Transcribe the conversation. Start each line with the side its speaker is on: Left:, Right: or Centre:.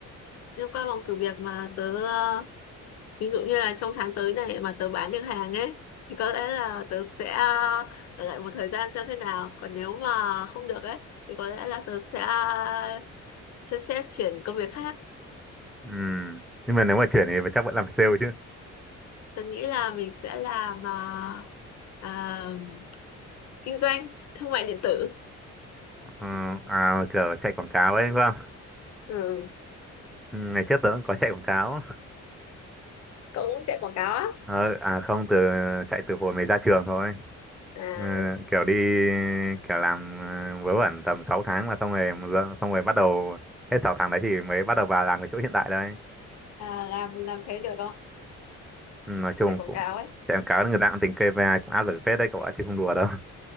Left: liên qua vòng thử việc mà tớ ờ, Ví dụ như là trong tháng tới này mà tớ bán được hàng ấy thì có lẽ là tớ sẽ ờ, ở lại một thời gian xem thế nào. Còn nếu mà không được ấy thì có lẽ là tớ sẽ ờ, sẽ, sẽ chuyển công việc khác.
Centre: Ừ. Nhưng mà nếu mà chuyển thì chắc vẫn làm sale chứ.
Left: Tớ nghĩ là mình sẽ làm à, à, kinh doanh thương mại điện tử.
Centre: Ờ, à, kiểu chạy quảng cáo ấy đúng không?
Left: Ừ.
Centre: Ừ, ngày trước tớ cũng có chạy quảng cáo.
Left: Cậu cũng chạy quảng cáo á?
Centre: Ờ, à không, từ chạy từ hồi mới ra trường thôi.
Left: À,
Centre: Ừ, kiểu đi kiểu làm ờ, vớ vẩn tầm 6 tháng là xong rồi một giờ- xong rồi bắt đầu hết sáu tháng đấy thì mới bắt đầu vào làm cái chỗ hiện tại đây.
Left: à làm làm thế được không?
Centre: Ừ, nói chung
Left: Chạy quảng
Centre: cũng
Left: cáo ấy.
Centre: chạy quảng cáo người ta cũng tính KPI cũng áp lực phết đấy cậu ạ chứ không đùa đâu. <laughs>